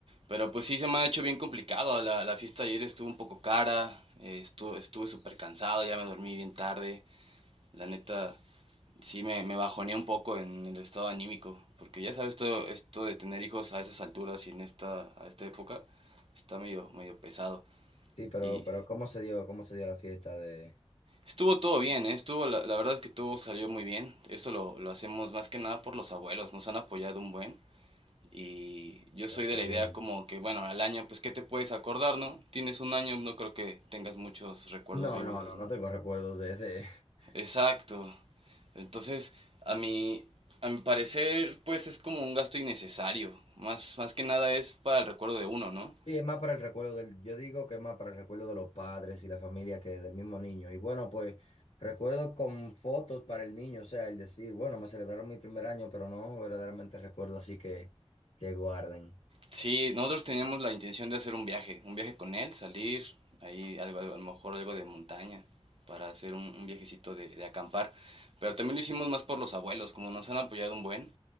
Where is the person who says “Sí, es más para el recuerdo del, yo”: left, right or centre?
Left